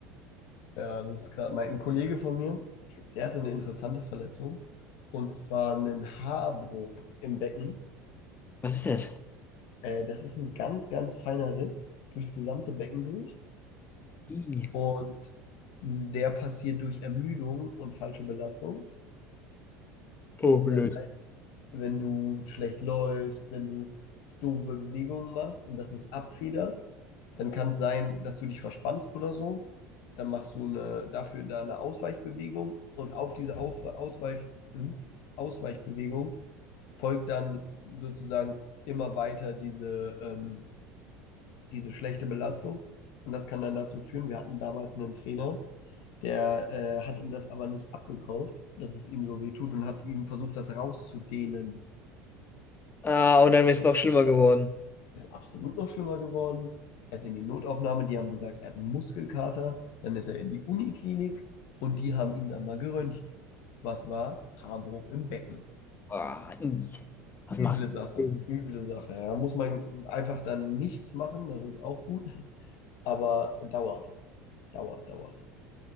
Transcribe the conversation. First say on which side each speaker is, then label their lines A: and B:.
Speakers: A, on the left; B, on the left.
A: Ja, das ist gerade mein ein Kollege von mir, der hatte eine interessante Verletzung. Und zwar einen Haarbruch im Becken.
B: Was ist das?
A: Äh, das ist ein ganz, ganz feiner Riss durchs gesamte Becken durch.
B: Ih.
A: Und der passiert durch Ermüdung und falsche Belastung.
B: Oh, blöd.
A: Das heißt, wenn du schlecht läufst, wenn du doofe Bewegungen machst und das nicht abfederst, dann kann es sein, dass du dich verspannst oder so. Dann machst du eine, dafür da eine Ausweichbewegung und auf diese auf, Ausweich, Ausweichbewegung folgt dann sozusagen immer weiter diese, ähm, diese schlechte Belastung. Und das kann dann dazu führen, wir hatten damals einen Trainer, der äh, hat ihm das aber nicht abgekauft, dass es ihm so weh tut und hat ihm versucht, das rauszudehnen.
B: Ah, und dann ist es noch schlimmer geworden.
A: Ist absolut noch schlimmer geworden. Er ist in die Notaufnahme, die haben gesagt, er hat einen Muskelkater. Dann ist er in die Uniklinik und die haben ihn dann mal geröntgt. Was war? Haarbruch im Becken.
B: Ah, ih. was machst
A: Üble Sache,
B: du?
A: üble Sache. Ja, muss man einfach dann nichts machen, das ist auch gut. Aber dauert, dauert, dauert.